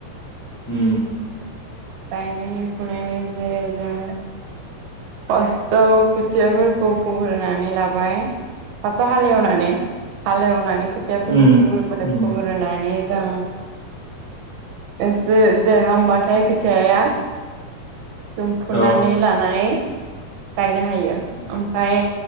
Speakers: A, on the left (about 60°); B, on the right (about 75°).
A: उम।
B: गायनायनि फुनायनि जेरै जों फास्ताव खुथियाफोरखौ फुग्रोनानै लाबाय, फार्स्टाव हालेवनानै हालेवनानै खोथियाफोरखौ
A: उम
B: फुग्रोबाय
A: उम
B: फुग्रोनानै जों एसे देरहांबाथाय खो थियाया जों फुनानै
A: औ
B: लानानै गायनो हायो। ओमफ्राय